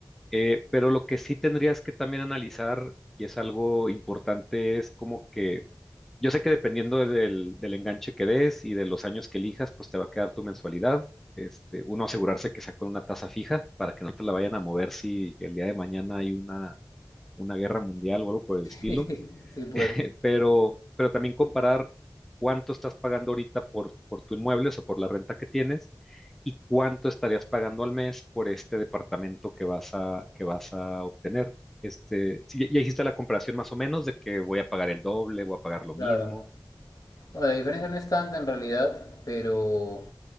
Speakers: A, in the centre; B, on the left.
A: Eh, pero lo que sí tendrías que también analizar, y es algo importante, es como que yo sé que dependiendo del, del enganche que des y de los años que elijas, pues te va a quedar tu mensualidad. Este, uno asegurarse que sea con una tasa fija para que no te la vayan a mover si el día de mañana hay una, una guerra mundial o algo por el estilo.
B: <laughs> Sí, pues,
A: <laughs> pero, pero también comparar cuánto estás pagando ahorita por, por tu inmueble, o sea, por la renta que tienes, y cuánto estarías pagando al mes por este departamento que vas a, que vas a obtener. Este, sí, ya, ya hiciste la comparación más o menos de que voy a pagar el doble, voy a pagar lo
B: claro.
A: mismo.
B: Bueno, la diferencia no es tanta en realidad, pero, o